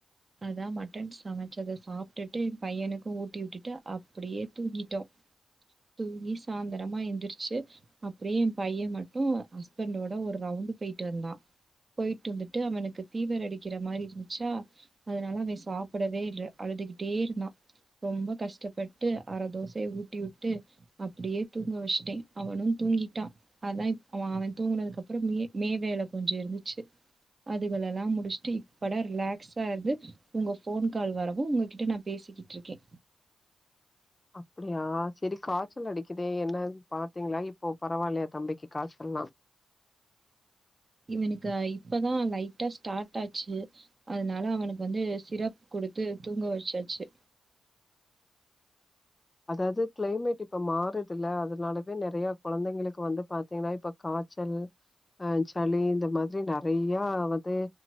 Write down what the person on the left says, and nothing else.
அப்புடியா செரி காய்ச்சல் அடிக்குதே என்னன் பா த்திங்ளா இப்போ பரவால்லயா தம்பிக்கு காய்ச்சல்லா
அதாவ்து கிளைமேட் இப்ப மாறுதுல்ல அதுனாலவே நெறைய கொழந்தைங்களுக்கு வந்து பாத்தீங்கனா இப்ப காய்ச்சல் அ சளி இந்த மாதிரி நெறைய வந்து